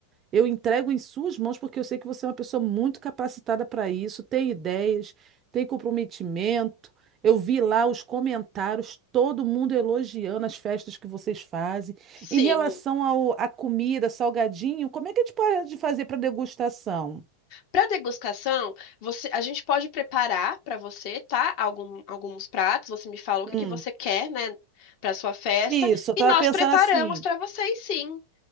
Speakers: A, on the right (about 30°); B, on the left (about 45°).
A: Eu entrego em suas mãos porque eu sei que você é uma pessoa muito capacitada para isso, tem ideias, tem comprometimento. Eu vi lá os comentários, todo mundo elogiando as festas que vocês fazem.
B: Sim.
A: Em relação ao, à comida, salgadinho, como é que a gente pode fazer para degustação?
B: Para degustação, você- a gente pode preparar para você, tá? Algum- alguns pratos, você me fala o
A: Hum,
B: que que você quer, né, para sua festa,
A: isso, eu estava
B: e nós
A: pensando
B: preparamos
A: assim.
B: para vocês, sim.